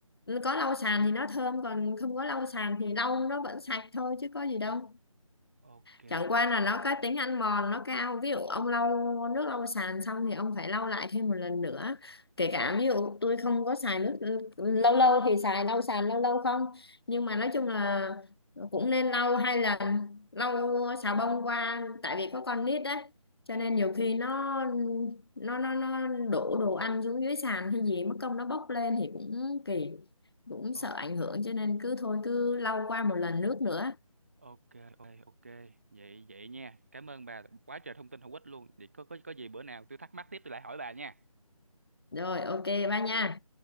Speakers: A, on the left; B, on the right.
A: có lau sàn thì nó thơm còn không có lau sàn thì lau nó vẫn sạch thôi chứ có gì đâu
B: ok
A: chẳng qua là nó có tính ăn mòn nó cao ví dụ ông lau nước lau sàn xong thì ông phải lau lại thêm một lần nữa kể cả
B: ừ
A: ví dụ tôi không có xài nước lâu lâu thì xài lau sàn lâu lâu không nhưng mà nói chung là cũng nên lau hai lần lau xà bông qua tại vì có con nít đấy cho
B: ừ
A: nên nhiều khi nó nó nó nó đổ đồ ăn xuống dưới sàn hay gì mất công nó bốc lên thì cũng kỳ cũng sợ
B: ok
A: ảnh hưởng cho nên cứ thôi cứ lau qua một lần nước nữa
B: ok ok ok vậy vậy nha cảm ơn bà quá trời thông tin hữu ích luôn vậy có có có gì bữa nào tôi thắc mắc tiếp tôi lại hỏi bà nha
A: Rồi, ok ba nha.